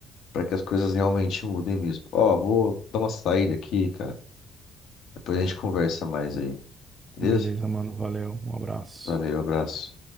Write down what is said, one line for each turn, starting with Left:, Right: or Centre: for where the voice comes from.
Left: pra que as coisas realmente mudem mesmo. Ó, vou dar uma saída aqui, cara. Depois a gente conversa mais aí. Beleza?
Right: Beleza, mano, valeu, um abraço.
Left: Valeu, abraço.